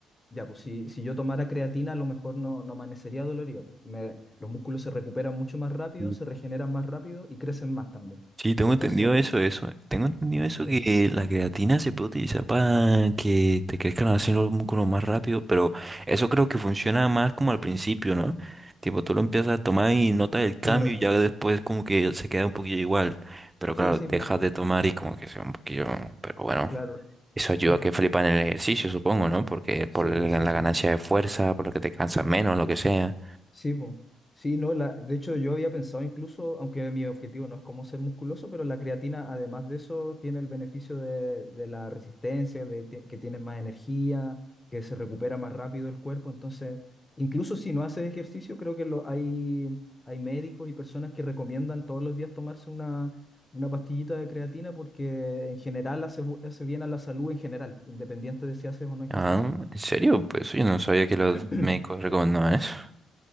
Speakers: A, on the left; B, on the right.
A: Ya, pues si, si yo tomara creatina, a lo mejor no, no amanecería dolorido. pues, me- los músculos se recuperan mucho más rápido,
B: Mm.
A: se regeneran más rápido y crecen más también.
B: Sí, tengo
A: Entonces,
B: entendido eso, eso. Tengo entendido eso
A: sí,
B: que la creatina se puede utilizar para que te crezcan así los músculos más rápido, pero eso creo que funciona más como al principio, ¿no? Tipo, tú lo empiezas a tomar y notas el cambio
A: claro.
B: y ya después como que se queda un poquillo igual. Pero
A: Sí,
B: claro,
A: sí,
B: dejas
A: po,
B: de tomar y como que se va un poquillo, pero bueno.
A: claro.
B: Eso ayuda
A: Es
B: a que
A: que-
B: flipan en el ejercicio, supongo, ¿no? Porque es
A: sí,
B: por la
A: sí,
B: la
A: sí.
B: ganancia de fuerza, por lo que te cansas menos, lo que sea.
A: Sí, po. Sí, no, la, de hecho yo había pensado incluso, aunque mi objetivo no es como ser musculoso, pero la creatina, además de eso, tiene el beneficio de, de la resistencia, de ti- que tienes más energía, que se recupera más rápido el cuerpo. Entonces, incluso si no haces ejercicio, creo que lo, hay, hay médicos y personas que recomiendan todos los días tomarse una, una pastillita de creatina porque en general hace, bu- hace bien a la salud en general, independiente de si haces o no ejercicio.
B: Ah, ¿en serio? Pues yo no sabía que los
A: <clears throat>
B: médicos recomendaban eso.